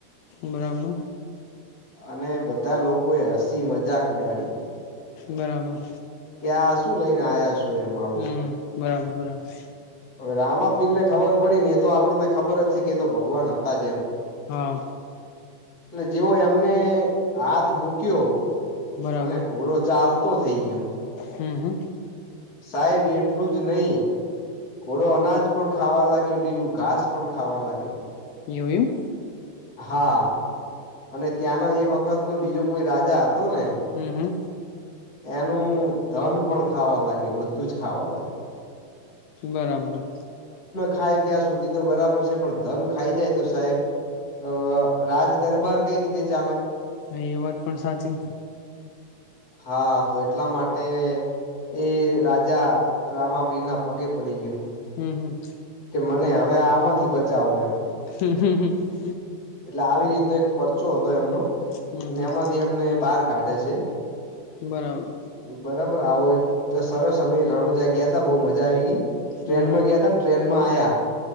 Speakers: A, on the left; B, on the left.
A: બરાબર
B: અને બધા લોકો એ હસી મજાક ઉડાડી.
A: બરાબર
B: કે આ શું લઈને આયા છો એમ આવું
A: હમ બરાબર બરાબર
B: હવે રામાપીર ને ખબર પડી ને એ તો આપણને ખબર જ છે કે એતો ભગવાન હતા જ એમ
A: હા
B: અને જેવો એમને હાથ મુક્યો
A: બરાબર
B: અને ઘોડો ચાલતો થઈ ગયો
A: હમ્મ હમ્મ
B: સાહેબેર એટલું જ નહી ઘોડો અનાજ પણ ખાવા લાગ્યો લીલું ઘાસ પણ ખાવા લાગ્યો
A: એવું એવુ
B: હા અને ત્યાંનો એ વખતનો બીજો કોઈ રાજા હતો ને
A: હમ હમ
B: એનું ધન પણ ખાવા લાગ્યું બધું જ ખાવા લાગ્યું
A: બરાબર
B: ખાઇ ત્યાં સુધી તો બરાબર છે પણ ધન ખાઈ જાય તો સાહેબ અ રાજદરબાર કઈ રીતે ચાલે
A: ના એ વાત પણ સાચી
B: હા તો એટલા માટે એ રાજા રામાપીર ના પગે પડી ગયો
A: હમ્મ હમ્મ
B: કે મને અવે આમાંથી બચાવો એમ
A: હમ્મ હમ્મ હમ્મ
B: એટલે આવી રીતનો એક પરચો હતો એમનો
A: હમ
B: અને
A: હમ
B: એમાંથી એમને બાર કાઢે છે
A: બરાબર
B: બરાબર આવો એક એટલે સરસ અમે રણુજા ગ્યાતા બહુ મજા આવી ગઈ
A: હમ
B: ટ્રેનમાં
A: હમ
B: ગ્યા તા ન ટ્રેનમાં આયા